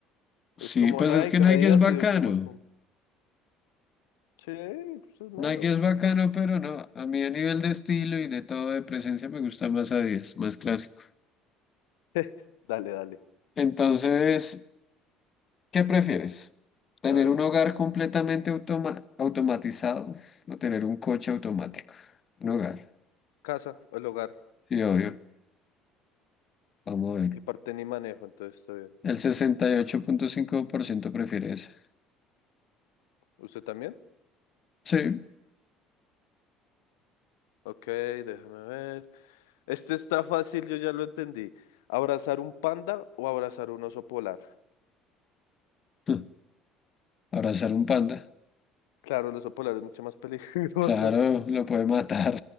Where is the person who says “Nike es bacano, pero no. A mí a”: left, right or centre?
Left